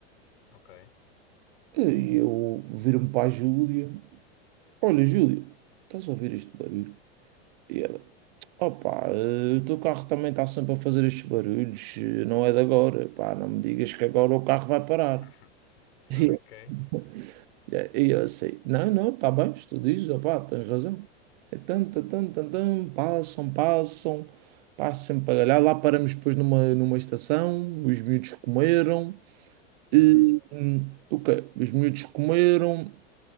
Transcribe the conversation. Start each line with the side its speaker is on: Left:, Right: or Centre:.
Left: Ok.
Right: E eu viro-me para a Júlia. Olha, Júlia, estás a ouvir este barulho? E ela, opá, eh, o teu carro também está sempre a fazer estes barulhos, eh, não é de agora, pá, não me digas que agora o carro vai parar.
Left: <laughs>
Right: <laughs>
Left: Ok.
Right: E eu, e eu assim, não, não, está bem, se tu dizes, opá, tens razão. É tan, tan, tan, tan, tan, passam, passam, passam sempre para lá, lá paramos depois numa, numa estação, os miúdos comeram,
Left: Uhum.
Right: e, hum, o quê? Os miúdos comeram,